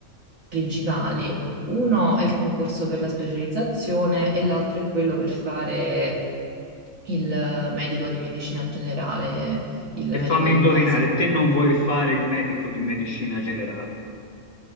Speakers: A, on the right; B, on the left.
A: principali. Uno è il concorso per la specializzazione e l'altro è quello per fare il medico di medicina generale, il
B: E
A: medico
B: fammi
A: di
B: indovinare,
A: base.
B: te non vuoi fare il medico di medicina generale,